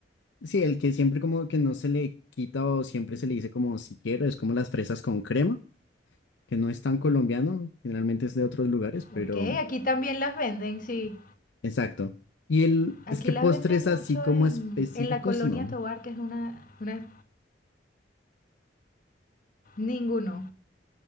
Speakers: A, on the left; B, on the left.
A: Sí, el que siempre como que no se le quita o siempre se le dice como si quiero, es como las fresas con crema, que no es tan colombiano, generalmente es de otros lugares, pero
B: Ok, aquí también las venden, sí.
A: exacto. Y el,
B: Aquí
A: es que
B: las
A: postres
B: venden
A: así
B: mucho
A: como
B: en,
A: específicos,
B: en la colonia
A: no.
B: Tovar que es una, una... Ninguno.